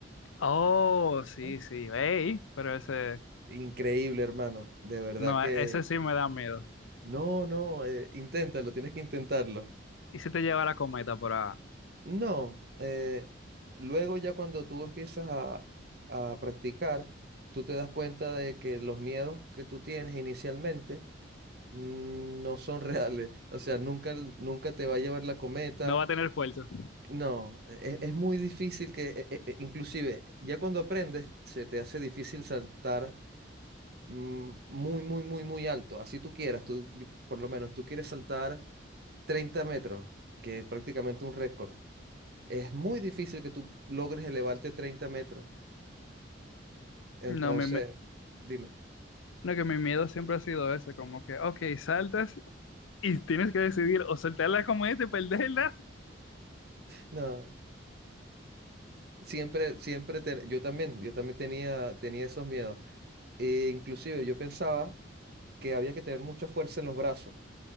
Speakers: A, on the left (about 80°); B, on the right (about 50°).
A: Oh, sí,
B: ¿ah?
A: sí. Ey, pero ese,
B: Increíble, hermano, de verdad
A: no,
B: que...
A: ese sí me da miedo.
B: No, no, eh, inténtalo, tienes que intentarlo.
A: ¿Y si te lleva la cometa por ahí?
B: No, eh, luego ya cuando tú empiezas a, a practicar, tú te das cuenta de que los miedos que tú tienes inicialmente mm, no son <laughs> reales. O sea, nunca, l- nunca te va a llevar la cometa.
A: No va a tener fuerza.
B: No, e- e- es, muy difícil que, e- e- e- inclusive, ya cuando aprendes, se te hace difícil saltar mm, muy, muy, muy, muy alto. Así tú quieras, tú, yo- por lo menos tú quieres saltar 30 metros, que es prácticamente un récord. Es muy difícil que tú logres elevarte 30 metros. Entonces,
A: No, mi me-
B: dime.
A: no, que mi miedo siempre ha sido ese, como que, ok, saltas y tienes que decidir o soltar la cometa y perderla.
B: No, siempre, siempre, te- yo también, yo también tenía, tenía esos miedos. E inclusive yo pensaba que había que tener mucha fuerza en los brazos,